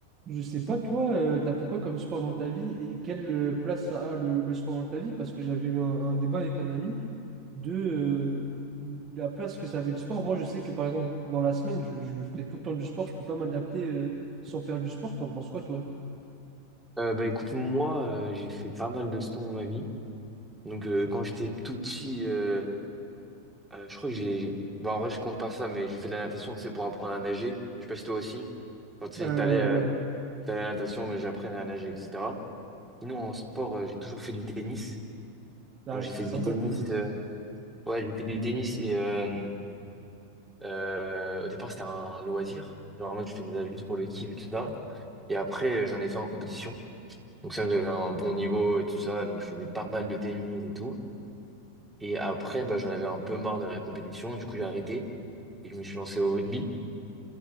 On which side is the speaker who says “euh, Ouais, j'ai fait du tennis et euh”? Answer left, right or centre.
Centre